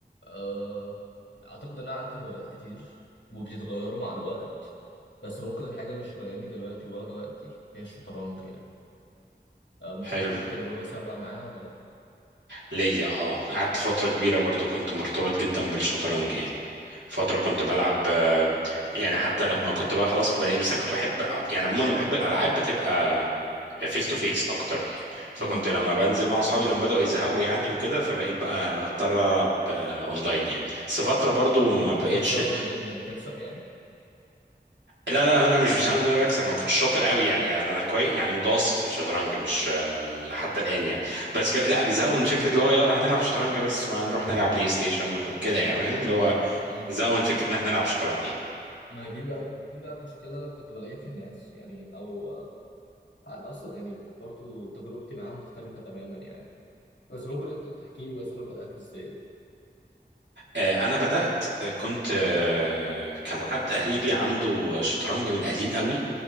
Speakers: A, on the left; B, on the right.
A: أه أعتقد إن أنا عندي هوايات كتير وبتتغيروا مع الوقت بس ممكن الحاجة اللي شغلاني دلوقتي واخدة وقتي هي الشطرنج يعني أه مش
B: حلو
A: عارف ليك تجربة سابقة معاها ولا لأ
B: ليا اه قعدت فترة كبيرة برضو كنت مرتبط جدا بالشطرنج يعني فترة كنت بلعب آه، يعني حتى لما كنت بقى خلاص ما بلاقي بس انا كنت بحب يعني عموما انا بحب الالعاب بتبقى فيس تو فيس اكتر يعني فكنت
A: امم
B: لما بنزل مع اصحابي لما بدأوا يزهقوا يعني وكده فبقيت بقى اضطر العب آه، اونلاين يعني بس فترة برضو ما بقتش
A: بدأ يساوي من إيه من إنك بتكسب يعني
B: لا لا لا مش بسبب ان انا بكسب انا كنت شاطر قوي يعني لان انا كويس يعني متوسط في الشطرنج مش آه، حتى
A: مم.
B: الان يعني بس
A: مم.
B: ك... لا بيزهقوا من فكره اللي هو يلا هنلعب شطرنج بس ما نروح نلعب بلاي ستيشن ما ن- كده يعني
A: مم.
B: فاهم اللي هو
A: مم.
B: زهقوا من فكره ان احنا نلعب شطرنج يعني
A: ما دي بقى دي بقى المشكلة اللي أنا كنت بلاقيها في الناس يعني أو آه، أنا أصلا يعني برضو تجربتي معاها مختلفة تماما يعني بس ممكن أنت تحكي لي مثلا بدأت إزاي
B: آه، انا بدات آه، كنت آه، كان حد قريبي عنده شطرنج من القديم قوي